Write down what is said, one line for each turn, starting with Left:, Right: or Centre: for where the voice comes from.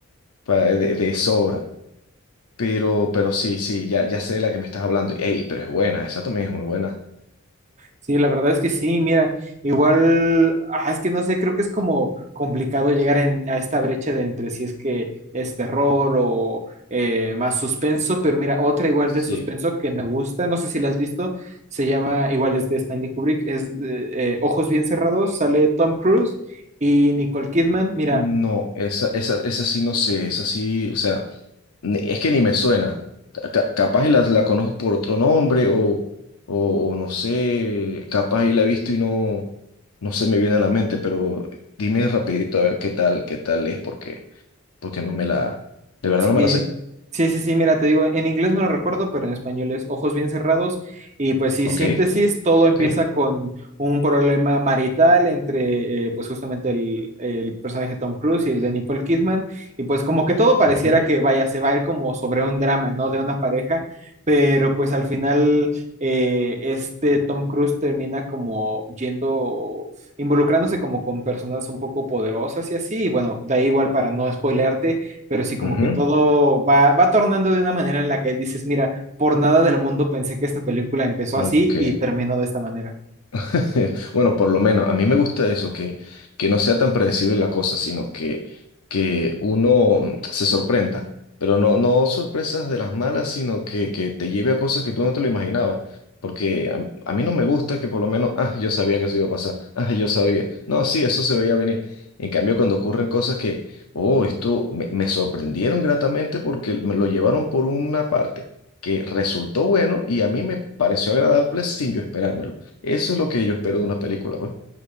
Left: pa- de, de sobra. Pero, pero sí, sí, ya, ya sé de la que me estás hablando. Ey, pero es buena, esa también es muy buena.
Right: Sí, la verdad es que sí, mira, igual, ah, es que no sé, creo que es como complicado llegar en- a esta brecha de entre si es que es terror o eh, más suspenso, pero mira, otra igual
Left: Sí.
Right: de suspenso que me gusta, no sé si la has visto, se llama, igual es de Stanley Kubrick, es eh, eh, Ojos bien cerrados, sale Tom Cruise y Nicole Kidman, mira,
Left: No, esa, esa, esa sí no sé, esa sí, o sea. Ni- Es que ni me suena. Ca- capaz y las- la, conozco por otro nombre o, o- o no sé, capaz y la he visto y no, no se me viene a la mente, pero dime rapidito a ver qué tal, qué tal es, porque, porque no me la, de verdad
Right: Sí,
Left: no me la sé.
Right: sí, sí, sí, mira, te digo, en inglés no lo recuerdo, pero en español es ojos bien cerrados y pues sí,
Left: Ok,
Right: síntesis, todo empieza
Left: ok.
Right: con un problema marital entre eh, pues justamente el, el personaje de Tom Cruise y el de Nicole Kidman y pues como que todo pareciera
Left: ujú,
Right: que vaya, se va a ir como sobre un drama, ¿no? De una pareja, pero pues al final eh, este Tom Cruise termina como yendo, involucrándose como con personas un poco poderosas y así, y bueno, da igual para no spoilearte pero sí como
Left: ujú,
Right: que todo va, va tornando de una manera en la que dices, mira, por nada del mundo pensé que esta película empezó
Left: Ok.
Right: así y terminó de esta manera.
Left: <laughs> Bueno, por lo menos a mí me gusta eso, que, que no sea tan predecible la cosa, sino que, que uno mm, se sorprenda, pero no, no sorpresas de las malas, sino que, que te lleve a cosas que tú no te lo imaginabas. Porque a, a mí no me gusta que por lo menos, ah, yo sabía que eso iba a pasar, ah, yo sabía. No, sí, eso se veía venir. En cambio, cuando ocurren cosas que, oh, esto me, me sorprendieron gratamente porque me lo llevaron por una parte que resultó bueno y a mí me pareció agradable sin yo esperármelo. Eso es lo que yo espero de una película, pues.